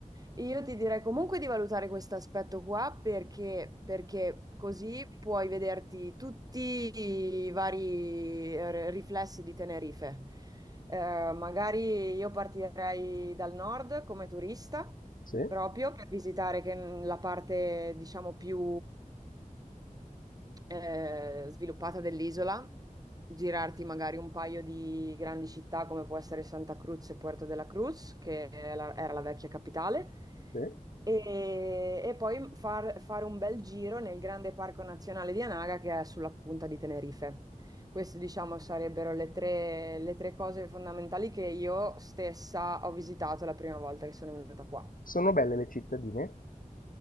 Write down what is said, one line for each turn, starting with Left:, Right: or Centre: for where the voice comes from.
Right: io ti direi comunque di valutare questo aspetto qua perché, perché così puoi vederti tutti i vari eh, riflessi di Tenerife. Eh, magari io partirei dal nord come turista,
Left: Sì,
Right: proprio per visitare che- la parte, diciamo, più eh, sviluppata dell'isola, girarti magari un paio di grandi città come può essere Santa Cruz e Puerto de la Cruz, che è la- era la vecchia capitale,
Left: sì.
Right: e, e poi far- fare un bel giro nel grande parco nazionale di Anaga che è sulla punta di Tenerife. Queste, diciamo, sarebbero le tre, le tre cose fondamentali che io stessa ho visitato la prima volta che sono venuta qua.
Left: Sono belle le cittadine.